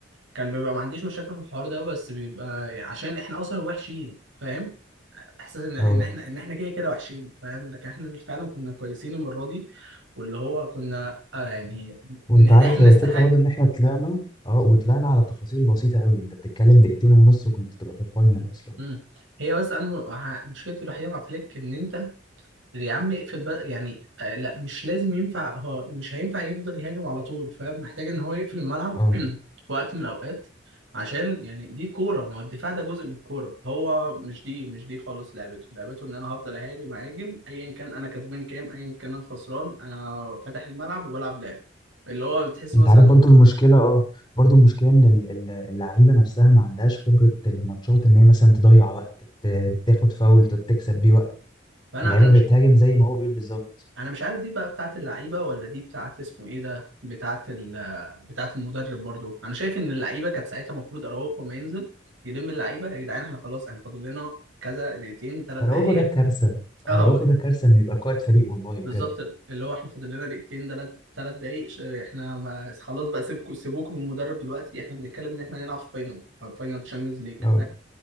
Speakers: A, on the right; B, on the left.
A: كان بيبقى ما عنديش مشاكل في الحوار ده بس بيبقى عشان احنا اصلا وحشين فاهم احساس ان ان
B: اه
A: احنا ان احنا كده كده وحشين فاهم لكن احنا فعلا كنا كويسين المره دي واللي هو كنا آه يعني
B: وانت
A: إن احنا
B: عارف هي
A: نستحق
B: الفكره برضو ان احنا طلعنا اه وطلعنا على تفاصيل بسيطه قوي انت بتتكلم دقيقتين ونص وكنت تبقى في الفاينل اصلا
A: مم. هي بس انا م- ع- مشكلتي الوحيده مع فليك ان انت يا عم اقفل بقى يعني آه لا مش لازم ينفع هو مش هينفع يفضل يهاجم على طول فاهم محتاج ان هو يقفل الملعب
B: اه
A: <clears throat> في وقت من الاوقات عشان يعني دي كوره ما هو الدفاع ده جزء من الكوره هو مش دي مش دي خالص لعبته لعبته ان انا هفضل اهاجم اهاجم ايا كان انا كسبان كام ايا كان انا خسران انا فاتح الملعب وبلعب لعب اللي هو بتحس
B: انت
A: مثلا
B: عارف برضو المشكله اه برضو المشكله ان ال- ال- اللعيبه نفسها ما عندهاش خبره الماتشات ان هي مثلا تضيع وقت ت- تاخد فاول ت- تكسب بيه وقت
A: فانا
B: اللعيبه
A: انا مش
B: بتهاجم زي ما هو بيقول بالظبط
A: انا مش عارف دي بقى بتاعت اللعيبه ولا دي بتاعت اسمه ايه ده بتاعت ال بتاعت المدرب برضو انا شايف ان اللعيبه كانت ساعتها المفروض اراوخو ما ينزل يلم اللعيبه يا جدعان احنا خلاص احنا فاضل لنا كذا دقيقتين ثلاث
B: اراوخو
A: دقائق
B: ده كارثه
A: اه
B: اراوخو ده كارثه انه يبقى قائد فريق والله بجد
A: بالظبط اللي هو احنا فاضل لنا دقيقتين ثلاث ثلاث دقائق ش- احنا ما خلاص بقى سيبكم سيبوكم من المدرب دلوقتي احنا بنتكلم ان احنا هنلعب فاينل فاينل تشامبيونز ليج
B: اه